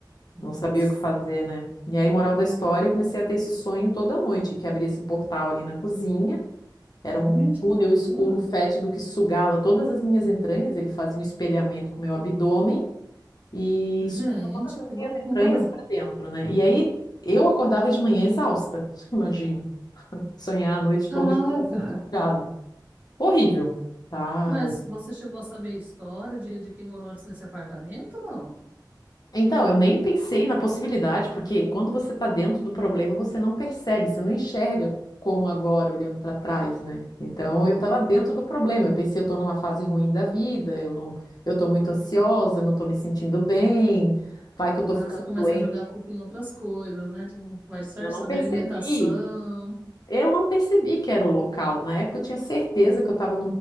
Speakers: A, on the right; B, on the left.
A: Nossa.
B: Não sabia o que fazer, né? E aí, moral da história, eu comecei a ter esse sonho toda noite, que abria esse portal ali na cozinha, era
A: Gente,
B: um túnel
A: que
B: escuro,
A: loucura.
B: fétido, que sugava todas as minhas entranhas, ele fazia um espelhamento com o meu abdômen, e
A: Gente,
B: sugava todas as
A: que loucura.
B: minhas entranhas para dentro, né? E aí eu acordava de manhã exausta, <laughs> imagina. Sonhar a noite
A: Caraca!
B: toda que você está sendo sugado. Horrível, tá?
A: Mas você chegou a saber a história de, de quem morou antes nesse apartamento? Não.
B: Então, eu nem pensei na possibilidade, porque quando você está dentro do problema, você não percebe, você não enxerga como agora, olhando para trás, né? Então,
A: Que loucura.
B: eu estava dentro do problema. Eu pensei, eu estou numa fase ruim da vida, eu não, eu estou muito ansiosa, eu não estou me sentindo bem, vai que eu estou
A: Ah,
B: ficando
A: você começa
B: doente.
A: a jogar a culpa em outras coisas, né? Tipo, vai disfarçando,
B: Eu não percebi
A: a alimentação.
B: Eu não percebi que era o local. Na época eu tinha certeza que eu estava